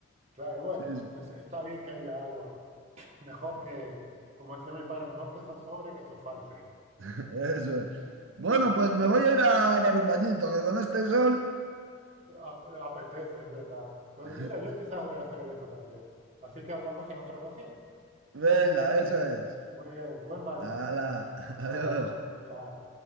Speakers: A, on the right (about 35°); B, on the right (about 75°).
A: Claro, bueno,
B: Sí, sí,
A: es- está bien que haya agua. Mejor que, como decía mi padre, mejor que eso sobre que eso falte.
B: <laughs> eso es. Bueno,
A: <laughs> Porque
B: pues me voy a ir a dar un bañito, que con este sol...
A: ap- apetece, es verdad. Pues
B: <laughs>
A: mira, yo quizás voy a hacer eso también. Así que hablamos en otra ocasión.
B: Venga, eso es.
A: Muy bien, buen baño.
B: Hala, <laughs>
A: Hasta
B: adiós.
A: luego. Chao.